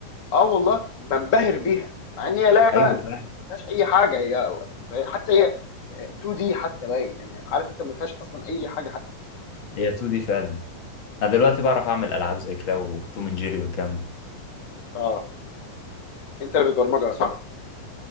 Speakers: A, on the left; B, on the left.
A: اه والله بنبهر بيها مع ان هي لعبه
B: أيوه فعلا
A: فيهاش اي حاجه هي حتى هي 2 دي حتى باين يعني عارف انت ما فيهاش اصلا اي حاجه حتى
B: هي 2 دي فعلا أنا دلوقتي بعرف أعمل ألعاب زي كلاو وتوم أند جيري والكلام ده
A: اه انت اللي بتبرمجها صح؟